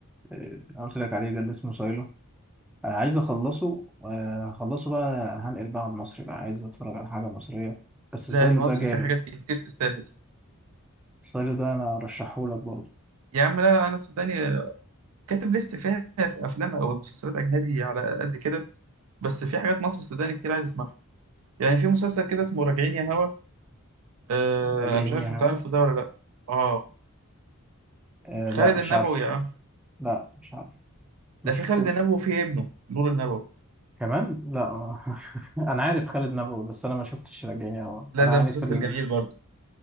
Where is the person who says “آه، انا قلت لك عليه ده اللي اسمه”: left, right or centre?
Centre